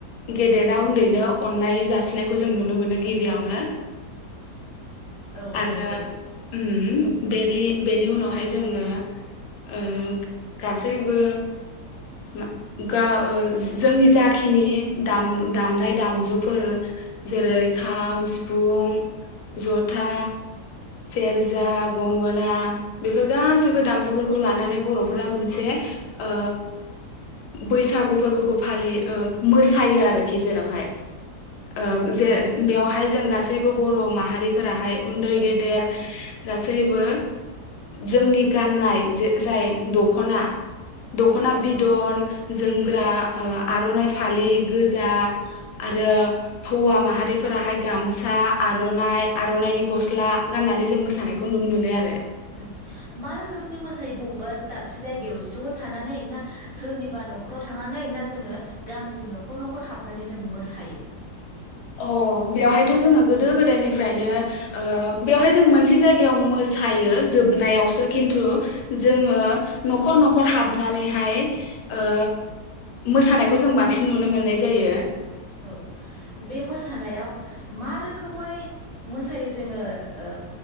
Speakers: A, on the left; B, on the right.
A: गेदेरा उन्दैनो अननाय जासिनायखौ जों नुनो मोनो गिबियावनो।
B: औ
A: आरो
B: नंगौ
A: उम बेनि बेनि उनावहाय जोङो ओ गासैबो मा-गा-जोंनि जाखिनि दाम-दामनाय दामजुफोर जेरै खाम सिफुं जथा सेरजा गंगोना बेफोर गासैबो दामजुफोरखौ लानानै बर'फोरा मोनसे ओ बैसागु फोरबोखौ फालियो ओ मोसायो आरोखि जेरावहाय ओ
B: ओं
A: जे बेवहाय जों गा सैबो बर' माहारिफोराहाय उन्दै गेदेर गासैबो जोंनि गाननाय जे जाय दख'ना दख'ना बिदन जोमग्रा ओ आर'नाइ फालि गोजा आरो हौवा माहारिफोराहाय गामसा आर'नाइ आर'नाइनि गस्ला गाननानै जों मोसानायखौ नुनो मोनो आरो।
B: ओं मा रोखोमनि मोसायो बबेबा दाबसे जायगायाव ज' थानानै ना सोरनिबा न'खराव थांनानै ना जोङो गामिनि न'खर न'खर हाबनानै जों मोसायो?
A: अ बेवहायथ' जोङो गोदो गोदायनिफ्रायनो ओ बेवहाय जों मोनसे जायगायाव मोसायो जोबनायावसो खिन्थु जोङो न'खर न'खर हाबनानैहाय ओ मोसानायखौ जों बांसिन नुनो मोननाय जायो।
B: औ बे मोसानायाव मा रोखोमै मोसायो जोङो ओ